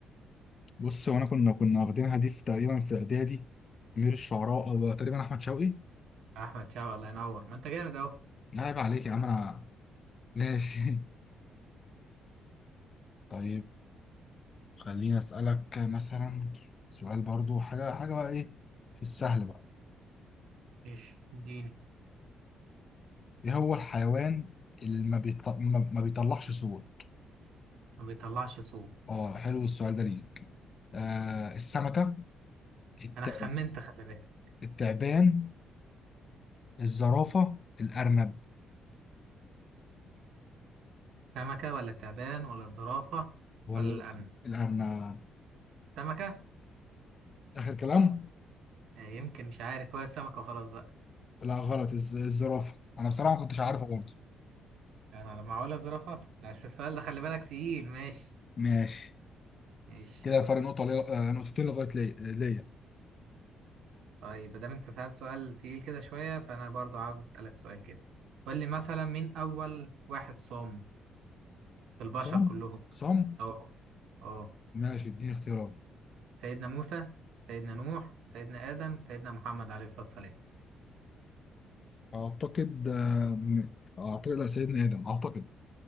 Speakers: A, on the left; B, on the right.
A: بص هو أنا كنا كنا واخدينها دي في تقريبا في إعدادي أمير الشعراء أو تقريبا أحمد شوقي
B: أحمد شوقي الله ينور ما أنت جامد أهو
A: لا عيب عليك يا عم أنا ماشي <laughs> طيب خليني أسألك مثلا سؤال برضو حاجة حاجة بقى إيه في السهل بقى
B: ايش اديني
A: ايه هو الحيوان اللي ما, بيطل... ما ما بيطلعش صوت
B: ما بيطلعش صوت
A: اه حلو السؤال ده ليك آه السمكة الت...
B: انا خمنت خلي بالك
A: التعبان الزرافة الأرنب
B: سمكة ولا التعبان ولا الزرافة
A: ولا
B: ولا الأرنب
A: الأرنب
B: سمكة
A: آخر كلام
B: آه، يمكن مش عارف هو السمكة وخلاص بقى
A: لا غلط الز... الزرافة أنا بصراحة ما كنتش عارفه برضه
B: يعني انا لما هقولها زرافة بس السؤال ده خلي بالك تقيل ماشي
A: ماشي
B: ماشي
A: كده فرق نقطة لي... آه نقطتين لغاية ليا ليا
B: طيب ما دام انت سألت سؤال تقيل كده شوية فانا برضو عاوز اسألك سؤال كده قول لي مثلا مين اول واحد صام في البشر
A: صم
B: كلهم
A: صم
B: اه اه
A: ماشي اديني اختيارات
B: سيدنا موسى سيدنا نوح سيدنا آدم سيدنا محمد عليه الصلاة والسلام
A: أعتقد آه... م- أعتقد لا سيدنا آدم أعتقد